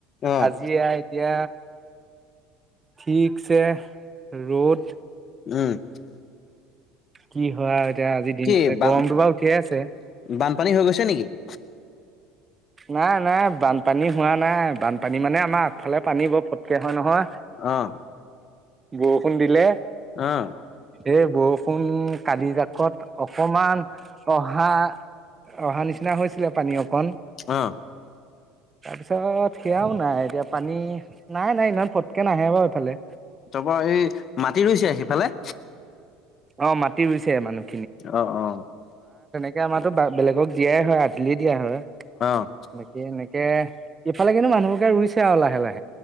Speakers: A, on the left; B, on the right.
A: অ'
B: আজি এতিয়া ঠিকছে ৰ'দ
A: উম
B: কি হয় এতিয়া আজি দিনটোলে
A: কি ব
B: গৰমটো বাৰু উঠিয়ে আছে
A: বানপানী হৈ গৈছে নেকি <unintelligible>
B: নাই নাই বানপানী হোৱা নাই। বানপানী মানে আমাৰ আগফালে পানী বৰ ফটকীয়া হয় নহয়
A: আহ
B: বৰষুণ দিলে
A: আহ
B: এই বৰষুণ কালি জাকত সমমান অহা অহা নিচিনা হৈছিলে পানীয়ক কন
A: অ'
B: তাৰপিছত সেয়াও নাই এতিয়া পানী নাই নাই ইমান ফটকে নাহে বাৰু এইফালে
A: তাৰপৰা এই মাটি ৰুইছে সিফালে
B: অ মাটি ৰুইছে মানুহ
A: আহ অ
B: আমাৰো বেলেগক দিয়াই হয় আদলি দিয়া হয়
A: অ'
B: বাকী এনেকে। ইফালে কিন্তু মানুহবকে ৰুইছে আৰু লাহে লাহ।